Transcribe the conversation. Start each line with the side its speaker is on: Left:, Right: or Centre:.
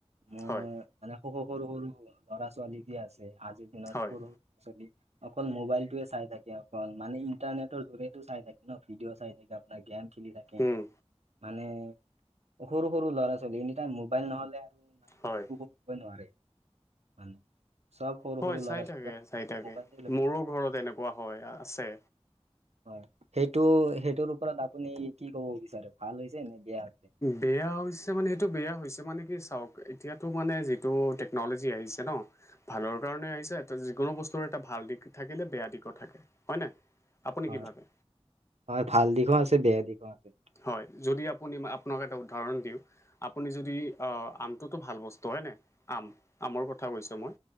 Right: মোৰ
Left: হয়
Right: মানে সৰু সৰু সৰু ল'ৰা ছোৱালী দি আছে আজিৰ দিনত
Left: হয়
Right: সৰু সৰু ল'ৰা ছোৱালী অকল মোবাইল টোৱে চাই থাকে, অকল মানে ইণ্টাৰনেটৰ জৰিয়তে চাই থাকে ন, ভিডিঅ' চাই থাকে আপোনাৰ গেম খেলি থাকে।
Left: উম
Right: মানে সৰু সৰু ল'ৰা ছোৱালী এনি টাইম মোবাইল নহলে আৰু
Left: হয়।
Right: একো ন মানে <unintelligible> চব সৰু
Left: হয়
Right: সৰু ল'ৰা
Left: চাই থাকে
Right: ছোৱালীয়ে
Left: চাই থাকে
Right: মোবাইলে লৈ
Left: মোৰো
Right: থাকে
Left: ঘৰত এনেকুৱা হয় আছে।
Right: হয় সেইটো সেইটোৰ ওপৰত আপুনি কি ক'ব বিচাৰে ভাল হৈছে নে বেয়া হৈছে?
Left: বেয়া হৈছে মানে সেইটো বেয়া হৈছে, মানে কি চাওঁক এতিয়াতো মানে যিটো টেকন'লজি আহিছে ন ভালৰ কাৰণে আহিছে এ যিকোনো বস্তুৰ এটা ভাল দিশ থাকিলে বেয়া দিশো থাকে হয় নে? আপুনি
Right: হয়
Left: কি ভাবে?
Right: হয় ভাল দিশো আছে বেয়া দিশো আছে।
Left: হয় যদি আপুনি আপোনাক এটা উদাহৰণ দিওঁ আপুনি যদি আহ আমটোতো ভাল বস্তু হয়নে? আম আমৰ কথা কৈছো মই